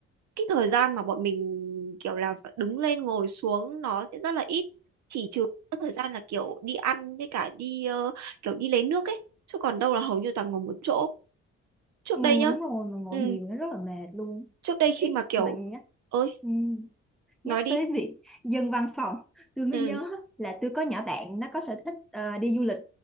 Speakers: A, on the right; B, in the centre.
A: cái thời gian mà bọn mình kiểu là phải đứng lên ngồi xuống nó sẽ rất là ít chỉ trừ các thời gian là kiểu đi ăn với cả đi ờ, kiểu đi lấy nước ấy chứ còn đâu là hầu như toàn ngồi một chỗ trước
B: Ừ,
A: đây nhá
B: đúng rồi mà ngồi
A: ừ
B: nhiều nó rất là mệt luôn
A: trước đây
B: ý
A: khi mà kiểu
B: mà nhắc
A: ơi
B: ừ, nhắc
A: nói đi
B: tới việc dân văn phòng tôi mới
A: ừ
B: nhớ là tôi có nhỏ bạn nó có sở thích ờ, đi du lịch